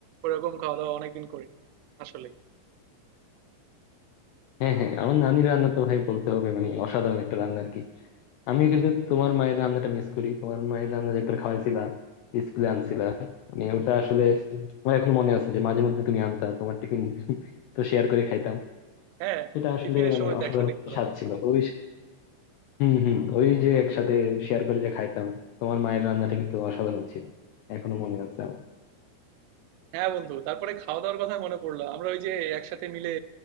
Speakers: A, on the right; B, on the left.
A: ওরকম খাওয়া দাওয়া অনেকদিন করি না। আসলেই।
B: হ্যাঁ হ্যাঁ আমার নানির রান্না তো ভাই বলতে হবে মানে অসাধারণ একটা রান্না আর কি আমি কিন্তু তোমার মায়ের রান্নাটা মিস করি তোমার মায়ের রান্না যে একবার খাওয়াইছিলা স্কুলে আনছিলা মানে ওটা আসলে আমার এখন মনে আছে যে মাঝে মধ্যে তুমি আনতা তোমার টিফিন তো শেয়ার করে খাইতাম
A: হ্যাঁ,
B: সেটা আসলে
A: টিফিনের
B: মানে
A: সময় তো
B: অসাধারণ
A: একসাথে খাওয়া দাওয়া
B: স্বাদ
A: করতাম।
B: ছিল ওই হম হম ওই যে একসাথে শেয়ার করে যে খাইতাম তোমার মায়ের রান্নাটা কিন্তু অসাধারণ ছিল এখনো মনে আছে আমার
A: হ্যাঁ বন্ধু তারপরে খাওয়া দাওয়ার কথা মনে পড়লো আমরা ওই যে একসাথে মিলে